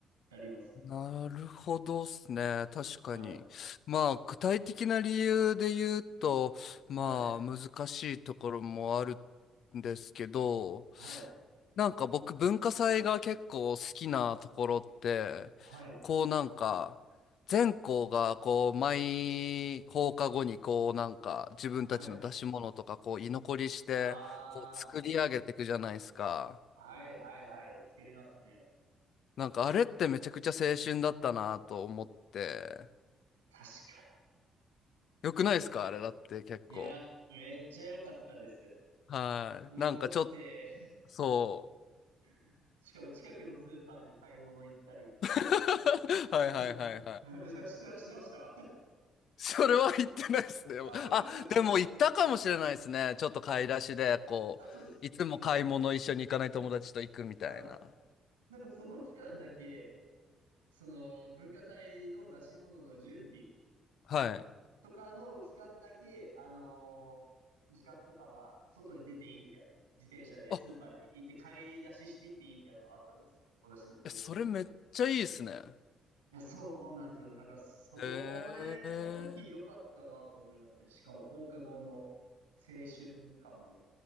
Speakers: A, on the right (about 85°); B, on the left (about 60°).
A: ります。
B: なるほどっすね。確かに。
A: はい。
B: まあ、具体的な理由で言うと、まあ、
A: はい。
B: 難しいところもあるんですけど、
A: はい。
B: なんか僕、文化祭が結構好きなところって、
A: はい。
B: こうなんか、全校がこう、毎放課後にこうなんか、自分たちの出し物とかこう、
A: はい。
B: 居残りして、
A: あ
B: こう、作り上げていくじゃないですか。
A: あ、はいはいはい。作りますね。
B: なんか、あれってめちゃくちゃ青春だったなと思って、
A: 確か
B: よくないですかあれだって結構。
A: に。いや、めっちゃ良かったです。
B: はい。
A: 残って
B: なんかちょっと、そ
A: <laughs> しかも近くのスーパーに買い物行ったりとか。
B: う。<laughs> はいはいはいはい。
A: <laughs> して、してました <laughs>
B: それは言ってないですね。
A: あ、本当ですかなんか、
B: あ、でも言ったかもしれないですね。ちょっと買い出しで、こう、
A: あ、そうです。
B: いつも買い物一緒に行かない友達と行くみたいな。
A: なんか、はい。なんかその期間だけ、その文化祭の出し物の準備
B: はい。
A: とかの期間だけ、あのー時間とかは外に出ていいみたいな。自転車でスーパーに行って買い出ししていっていいみたいなのがあったんですよ。
B: あ、
A: 私の高校の時。
B: えそれめっちゃいいですね。
A: いや、そうなんですよね。なんか、それ、
B: へえ。
A: その時良かったなと思いますね。しかも放課後の青春感も